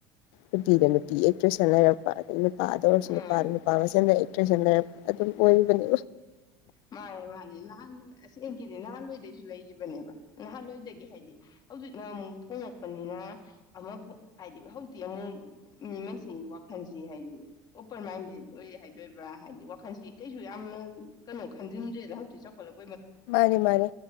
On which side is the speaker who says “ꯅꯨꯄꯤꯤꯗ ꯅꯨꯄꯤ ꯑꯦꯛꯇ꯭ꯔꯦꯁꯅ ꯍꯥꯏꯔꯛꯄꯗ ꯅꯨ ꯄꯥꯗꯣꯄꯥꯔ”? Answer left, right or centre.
Left